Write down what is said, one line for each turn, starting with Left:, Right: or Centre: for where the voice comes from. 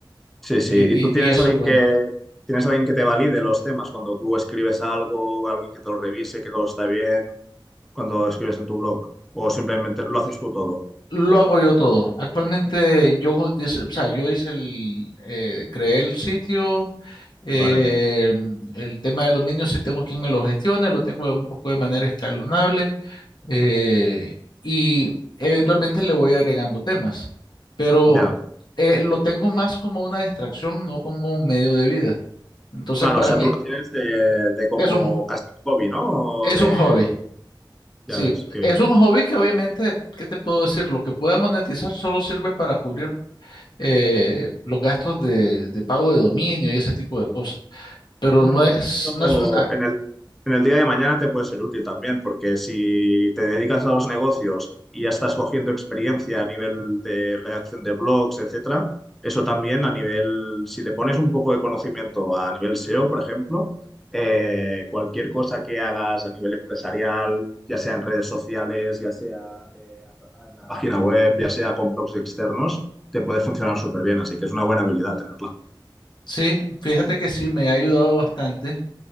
Centre: Sí, sí.
Left: Y,
Centre: ¿Y
Left: y-
Centre: tú tienes
Left: y eso,
Centre: alguien
Left: bueno.
Centre: que tienes alguien que te valide los temas cuando tú escribes algo, alguien que te lo revise, que todo está bien, cuando escribes en tu blog? O simplemente lo haces tú todo,
Left: Lo hago yo todo. Actualmente yo, dis- o sea, yo hice el, eh, creé el sitio, eh,
Centre: ¿vale?
Left: el tema del dominio sí tengo quien me lo gestione, lo tengo un poco de manera escalonable eh, y eventualmente le voy agregando temas, pero
Centre: Ya.
Left: eh, lo tengo más como una distracción, no como un medio de vida. Entonces
Centre: Claro,
Left: para
Centre: o sea,
Left: mí
Centre: tú lo tienes de, de como
Left: es un,
Centre: casi hobby, ¿no? O
Left: es
Centre: de,
Left: un hobby. Sí,
Centre: ya ves, qué bien.
Left: es un hobby que obviamente, ¿qué te puedo decir? Lo que pueda monetizar solo sirve para cubrir eh, los gastos de, de pago de dominio y ese tipo de cosas. Pero
Centre: Bueno,
Left: no es,
Centre: pero esto
Left: no es un... ah,
Centre: en el, en el día de mañana te puede ser útil también, porque si te dedicas a los negocios y ya estás cogiendo experiencia a nivel de redacción de blogs, etcétera, eso también a nivel, si le pones un poco de conocimiento a nivel SEO, por ejemplo, eh, cualquier cosa que hagas a nivel empresarial, ya sea en redes sociales, ya sea eh, en la página web, ya sea con blogs externos, te puede funcionar súper bien, así que es una buena habilidad tenerla.
Left: sí, fíjate que sí, me ha ayudado bastante,